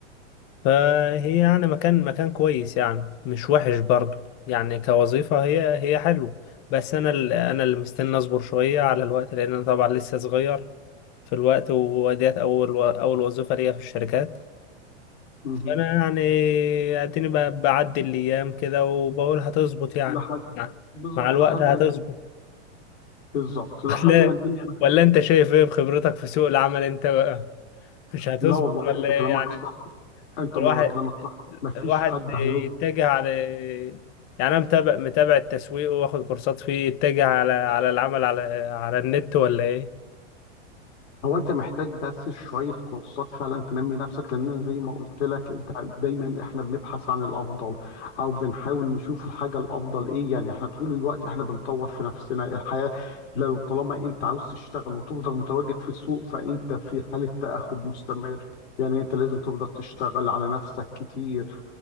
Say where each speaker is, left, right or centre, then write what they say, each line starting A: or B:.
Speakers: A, on the left (about 35°); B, on the left (about 75°).
A: فهي يعني مكان مكان كويس يعني مش وحش برضه يعني كوظيفه هي هي حلوه بس انا ال- انا اللي مستني اصبر شويه على الوقت لان انا طبعا لسه صغير في الوقت وديت اول و- اول وظيفه ليا في الشركات
B: مهم.
A: انا يعني اديني ب- بعدي الايام كده وبقول هتظبط يعني
B: لحد
A: مع
B: بالظبط
A: مع الوقت
B: لحد
A: هتظبط
B: بالظبط لحد
A: <laughs> ولا
B: ما الدنيا
A: ولا انت شايف ايه بخبرتك في سوق العمل انت بقى مش هتظبط
B: لا والله
A: ولا
B: انت
A: ايه
B: كلامك
A: يعني
B: صح انت
A: الواحد
B: ما كلامك صح ما فيش
A: الواحد
B: حد هيقول
A: يتجه على يعني انا متابع متابع التسويق واخد كورسات فيه يتجه على على العمل على على النت ولا ايه
B: هو انت محتاج بس شوية كورسات فعلا تنمي نفسك لان انا زي ما قلت لك انت دايما احنا بنبحث عن الافضل او بنحاول نشوف الحاجة الافضل ايه يعني احنا طول الوقت احنا بنطور في نفسنا الحياة لو طالما انت عاوز تشتغل وتفضل متواجد في السوق فانت في حالة تأهب مستمر يعني انت لازم تفضل تشتغل على نفسك كتير